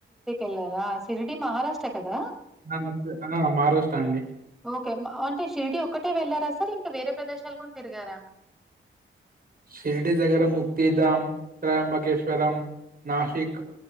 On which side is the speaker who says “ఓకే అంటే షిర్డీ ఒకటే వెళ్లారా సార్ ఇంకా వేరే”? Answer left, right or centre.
Centre